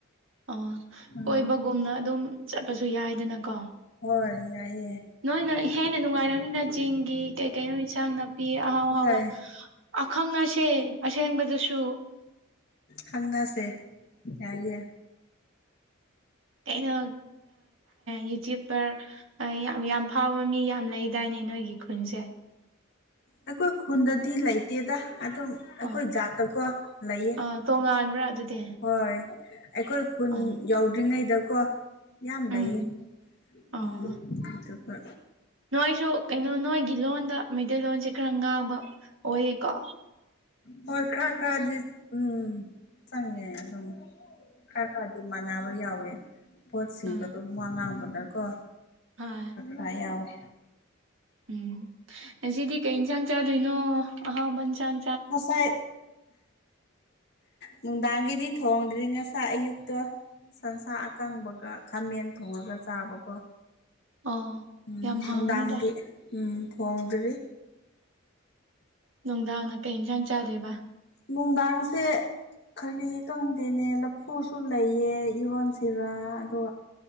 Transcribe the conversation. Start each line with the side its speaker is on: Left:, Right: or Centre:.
Right: ꯑꯣ
Left: ꯎꯝ
Right: ꯀꯣꯏꯕꯒꯨꯝꯅ ꯑꯗꯨꯝ ꯆꯠꯄꯁꯨ ꯌꯥꯏꯗꯅꯀꯣ
Left: ꯍꯣꯏ ꯌꯥꯏꯌꯦ
Right: ꯅꯣꯏꯅ ꯍꯦꯟꯅ ꯅꯨꯡꯉꯥꯏꯔꯅꯤꯅ ꯆꯦꯡꯒꯤ ꯀꯩ ꯀꯩꯅꯣ ꯏꯟꯁꯥꯡ ꯅꯥꯄꯤ ꯑꯍꯥꯎ
Left: ꯍꯣꯏ
Right: ꯑꯍꯥꯎꯕ ꯑꯈꯪ ꯑꯁꯦ ꯑꯁꯦꯟꯕꯗꯨꯁꯨ
Left: ꯍꯪꯒꯥꯁꯦ ꯌꯥꯏꯌꯦ
Right: ꯀꯩꯅꯣ ꯌꯨꯇ꯭ꯌꯨꯕꯄꯔ ꯌꯥꯝ ꯌꯥꯝ ꯐꯥꯕ ꯃꯤ ꯌꯥꯝꯅ ꯂꯩꯗꯥꯏꯅꯦ ꯅꯣꯏꯒꯤ ꯈꯨꯟꯁꯦ
Left: ꯑꯩꯈꯣꯏ ꯈꯨꯟꯗꯗꯤ ꯂꯩꯇꯦꯗ ꯑꯗꯨꯝ
Right: ꯑꯣ
Left: ꯑꯩꯈꯣꯏ ꯖꯥꯠꯇꯀꯣ ꯂꯩꯌꯦ
Right: ꯑ ꯑꯥ ꯇꯣꯉꯥꯟꯕ꯭ꯔꯥ ꯑꯗꯨꯗꯤ
Left: ꯍꯣꯏ ꯑꯩꯈꯣꯏ ꯈꯨꯟ
Right: ꯑꯥ
Left: ꯌꯥꯎꯗ꯭ꯔꯤꯉꯩꯗꯀꯣ ꯌꯥꯝ
Right: ꯎꯝ
Left: ꯂꯩꯌꯦ
Right: ꯑꯣ
Left: ꯎꯝ ꯑꯗꯨꯒ
Right: ꯅꯣꯏꯁꯨ ꯀꯩꯅꯣ ꯅꯣꯏꯒꯤ ꯂꯣꯟꯗ ꯃꯩꯇꯩꯂꯣꯟꯣꯟꯁꯦ ꯈꯔ ꯉꯥꯡꯕ ꯑꯣꯏꯌꯦꯀꯣ
Left: ꯍꯣꯏ ꯈꯔ ꯈꯔꯗꯤ ꯎꯝ ꯆꯪꯉꯦ ꯑꯗꯨꯝ ꯈꯔ ꯈꯔꯗꯤ ꯃꯥꯟꯅꯕ ꯌꯥꯎꯋꯦ ꯄꯣꯠꯁꯤꯡꯗꯣ
Right: ꯑꯥ
Left: ꯑꯗꯨꯝ ꯋꯥ ꯉꯥꯡꯕꯗꯀꯣ
Right: ꯍꯣꯏ
Left: ꯂꯥ ꯌꯥꯎꯋꯦ
Right: ꯎꯝ ꯉ ꯁꯤꯗꯤ ꯀꯩ ꯌꯦꯟꯁꯥꯡ ꯆꯥꯗꯣꯏꯅꯣ ꯑꯍꯥꯎꯕꯟꯁꯥꯡ
Left: ꯉꯁꯥꯏ ꯅꯨꯡꯗꯥꯥꯡꯒꯤꯗꯤ ꯊꯣꯡꯗ꯭ꯔꯤ ꯉꯁ ꯑꯌꯨꯛꯇ ꯁꯟꯁꯥ ꯑꯀꯪꯕꯒ ꯈꯥꯃꯦꯟ ꯊꯣꯡꯉꯒ ꯆꯥꯕꯀꯣ
Right: ꯑꯣ
Left: ꯎꯝ
Right: ꯌꯥꯝ
Left: ꯅꯨꯡꯗꯥꯡꯒꯤ
Right: ꯍꯥꯎꯅꯤꯗ
Left: ꯎꯝ ꯐꯣꯡꯗ꯭ꯔꯤ
Right: ꯅꯨꯡꯗꯥꯡꯅ ꯀꯩ ꯌꯦꯟꯁꯥꯡ ꯆꯥꯗꯦꯕ
Left: ꯅꯨꯡꯗꯥꯥꯡꯁꯦ ꯀꯔꯤ ꯈꯪꯗꯦꯅꯦ ꯂꯐꯨꯁꯨ ꯂꯩꯌꯦ ꯏꯔꯣꯟꯁꯤꯔꯥ ꯑꯗꯣ